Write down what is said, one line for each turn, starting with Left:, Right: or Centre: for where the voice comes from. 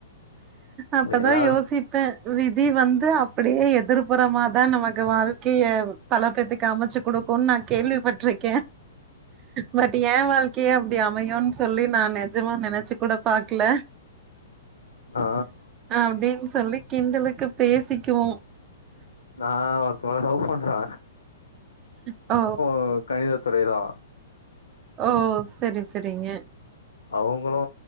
Right: அப்பதா
Left: எல்லாரு
Right: யோசிப்பே விதி வந்து அப்பிடியே எதிர் புறமாதா நமக்கு வாழ்க்கையே பல பேத்துக்கு அமச்சு குடுக்கோன் நா கேள்விப்பட்டிருக்கே பட் ஏ வாழ்க்கையே அப்டி அமையோன் சொல்லி நா நெஜமா நெனச்சு கூட பாக்ல
Left: ஆ
Right: அப்டின் சொல்லி கிண்டலுக்கு பேசிக்குவோ
Left: ஆ <unintelligible> லவ் பண்றா
Right: ஓ
Left: ஓ கணித துறை தா
Right: ஓ செரி செரிங்க
Left: அவுங்களு